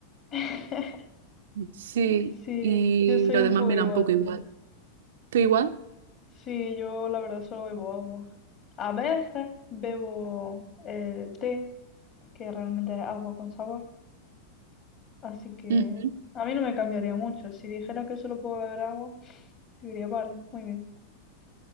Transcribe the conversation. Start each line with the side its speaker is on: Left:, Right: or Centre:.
Left: <laughs>
Right: <laughs> sí,
Left: Sí,
Right: y
Left: yo soy
Right: lo
Left: un
Right: demás
Left: poco
Right: me
Left: igual
Right: da un poco
Left: también.
Right: igual. ¿Tú igual?
Left: Sí, yo la verdad solo bebo agua. A veces bebo eh, té, que realmente es agua con sabor. Así que
Right: Ujú.
Left: a mí no me cambiaría mucho. Si dijera que solo puedo beber agua, yo diría, vale, muy bien.